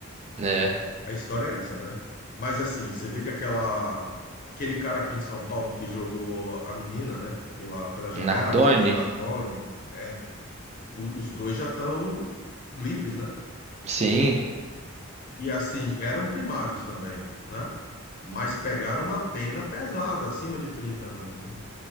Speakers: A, on the right; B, on the left.
A: né,
B: A história é essa, né? Mas assim, você vê que aquela aquele cara aqui em São Paulo que jogou a menina, né? Pela, pela janela,
A: Nardoni?
B: os Nardoni, é, o- os dois já estão livres, né?
A: Sim,
B: E assim, eram primários também, né? Mas pegaram uma pena pesada, acima de 30 anos, né?